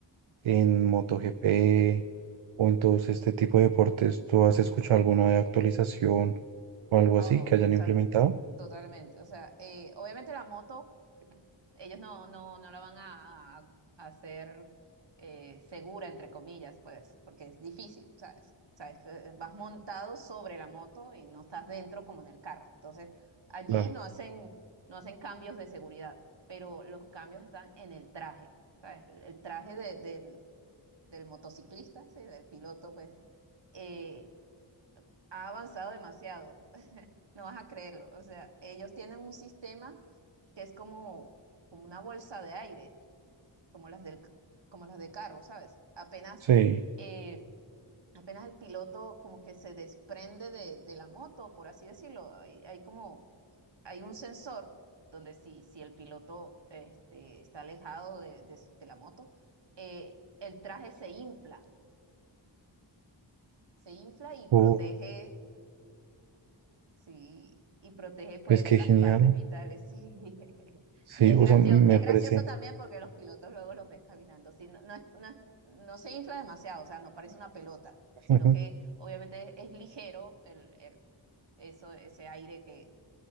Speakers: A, on the right; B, on the right.
A: en MotoGP o en todos este tipo de deportes, ¿tú has escuchado alguna de actualización o algo
B: Oh,
A: así que hayan
B: o sea,
A: implementado?
B: to- totalmente. O sea, eh, obviamente la moto, ellos no, no, no la van a, a- a hacer eh, segura, entre comillas, pues, porque es difícil, ¿sabes? O sea, es- eh, vas montado sobre la moto y no estás dentro como en el carro. Entonces, allí
A: Claro.
B: no hacen, no hacen cambios de seguridad, pero los cambios están en el traje, ¿sabes? El, el traje de- del, del motociclista, ¿sí? Del piloto, pues, eh, ha avanzado demasiado no vas a creerlo. O sea, ellos tienen un sistema que es como, como una bolsa de aire, como las del, como las de carro, ¿sabes? Apenas,
A: Sí.
B: eh, apenas el piloto como que se desprende de, de la moto, por así decirlo. Hay, hay como, hay un sensor donde si, si el piloto este, está alejado de, de- de la moto, eh, el traje se infla, se infla y
A: Oh,
B: protege Sí, y protege pues
A: pues qué
B: las
A: genial.
B: partes vitales, sí. <laughs>
A: Sí,
B: Y es
A: o
B: gracioso,
A: sea, me
B: es gracioso
A: parece.
B: también porque los pilotos luego los ves caminando, sí, no, no, es- no, es- no se infla demasiado, o sea, no parece una pelota,
A: <laughs>
B: sino que obviamente es, es ligero el, el- eso, ese aire que,